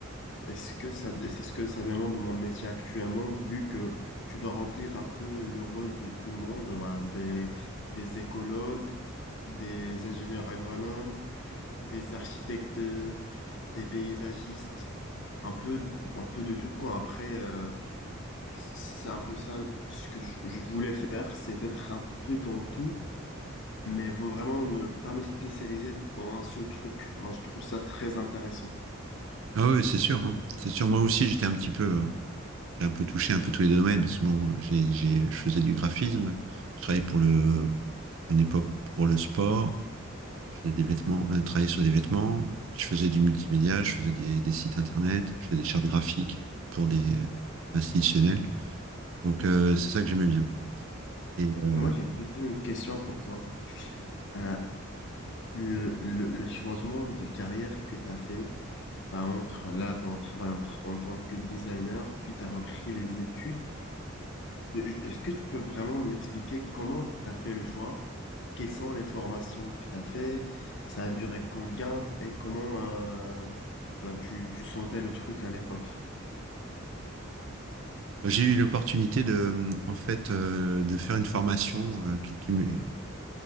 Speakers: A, on the left; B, on the right.
A: Est-ce que ça, et c'est ce que ça demande mon métier actuellement, vu que tu dois remplir un peu le rôle de tout le monde, voilà, des, des écologues, des ingénieurs agronomes, des architectes, des paysagistes, un peu, un peu de tout, quoi. Après, euh, c'est un peu ça ce que je, je voulais faire, c'est d'être un peu dans tout, mais vraiment ne pas me spécialiser dans un seul truc. Moi, je trouve ça très intéressant.
B: Ah oui, c'est sûr, hein. C'est sûr. Moi aussi, j'étais un petit peu, euh, j'ai un peu touché un peu tous les domaines parce que bon, j'ai, j'ai, je faisais du graphisme. Je travaillais pour le, à une époque pour le sport. je faisais des vêtements, euh, travaillais sur des vêtements, je faisais du multimédia, je faisais des, des sites internet, je faisais des chartes graphiques pour des euh, institutionnels. Donc euh, c'est ça que j'aimais bien. Et euh,
A: Moi, j'ai plutôt une question pour toi. Euh, le, le, le changement de carrière que tu as fait, bah, entre là, ton travail entre, en tant que designer, puis tu as repris les études, Euh, est-ce que tu peux vraiment m'expliquer comment tu as fait le choix? Quelles sont les formations que tu as fait? Ça a duré combien? Et comment euh, bah, tu, tu sentais le truc à l'époque?
B: j'ai eu l'opportunité de, euh, en fait, euh, de faire une formation euh, qui, qui me-